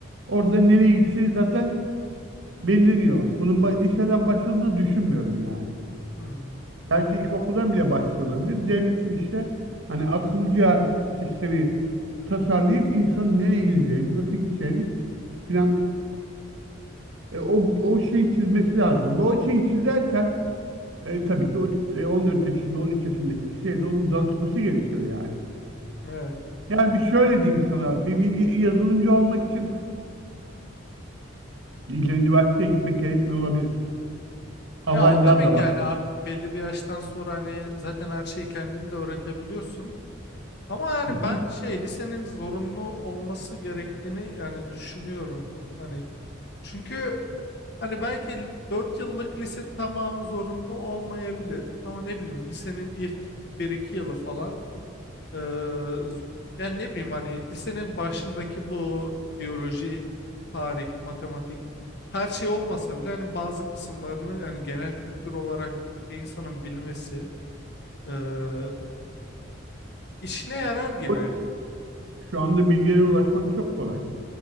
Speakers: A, on the right; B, on the left.
A: Orada nereye gideceği zaten belirleniyor. Bunun ba- liseden başladığını düşünmüyorum yani.
B: Hmm,
A: Belki ilkokuldan bile başlıyor olabilir. Devletin işte hani akıllıca sistemi tasarlayıp insanın nereye gideceğini, nasıl gideceğini filan e, o, o şeyi çizmesi lazım. Ve o şeyi çizerken E, tabii ki o e, 14 yaşında, 13 yaşındaki kişiye de onun danışması gerekiyor yani.
B: evet.
A: Yani bir şöyle diyeyim sana, bir bilgi yazılımcı olmak için illa üniversiteye gitmek gerekmiyor olabilir. Alaylılar
B: Ya o tabii
A: da
B: ki
A: var.
B: yani artık belli bir yaştan sonra hani zaten her şeyi kendin de öğretebiliyorsun. Ama yani
A: Hı hı.
B: ben şey lisenin zorunlu olması gerektiğini yani düşünüyorum. Hani çünkü Hani belki 4 yıllık lise tamamı zorunlu olmayabilir ama ne bileyim lisenin ilk bir iki yılı falan eee, z- yani ne bileyim hani lisenin başındaki bu biyoloji, tarih, matematik her şey olmasa bile hani bazı kısımlarını yani genel kültür olarak bir insanın bilmesi eee, işine yarar gibi.
A: Ama Şu anda bilgilere ulaşmak çok kolay.